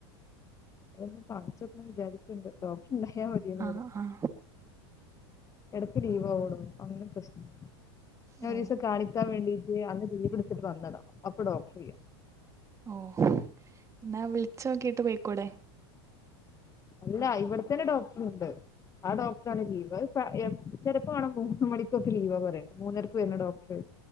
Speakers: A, on the left; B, on the right.
A: അതൊന്ന് കാണിചോക്കണം വിചാരിക്കണ്ട് ഡോക്ർ ഉണ്ടായാൽ മതിയെനു
B: ആഹ്
A: ഇടെ.
B: ആഹ്
A: എടക്ക് ലീവ് ആവേടോ അങ്ങനെ പ്രശ്നം ഞാൻ
B: ഓ
A: ഒരീസം കാണിക്കാൻ വേണ്ടി ട്ട് അന്ന് ലീവെടുത്തിട്ട് വന്നതാ അപ്പോ ഡോക്ടറില്യ.
B: ഓ എന്നാ വിളിച്ചോക്കിട്ട് പൊയിക്കൂടെ.
A: അല്ല ഇവിടെത്തന്നെ ഡോക്ടർുണ്ട്. ആ ഡോക്ടറാണ് ലീവ് ചെലപ്പം കാണാ മൂന്ന് മണിക്കൊക്കെ ലീവ പറുന്ന മൂന്നരക്ക് വരണ ഡോക്ടർ.